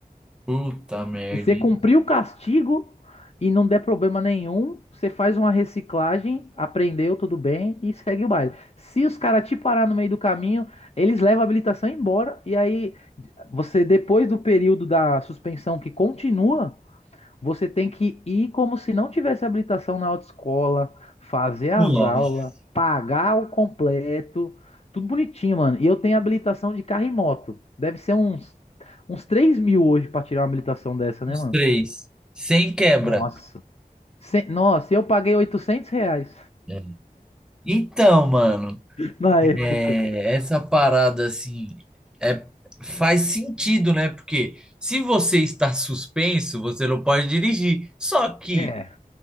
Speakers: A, in the centre; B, on the left (about 45°).
A: Puta merda,
B: Se você
A: hein?
B: cumprir o castigo e não der problema nenhum, você faz uma reciclagem, aprendeu, tudo bem, e segue o baile. Se os caras te parar no meio do caminho, eles levam a habilitação embora, e aí você, depois do período da suspensão que continua, você tem que ir como se não tivesse habilitação na autoescola, fazer
A: Nossa,
B: as aulas, pagar o completo, tudo bonitinho, mano. E eu tenho habilitação de carro e moto. Deve ser uns, uns 3 mil hoje pra tirar uma habilitação dessa,
A: Os
B: né, mano?
A: três. Sem quebra.
B: Nossa. Se- nossa, eu paguei 800 reais
A: É. Então, mano,
B: <laughs> na época.
A: é, essa parada assim é, faz sentido, né? Porque se você está suspenso, você não pode dirigir. Só que
B: É,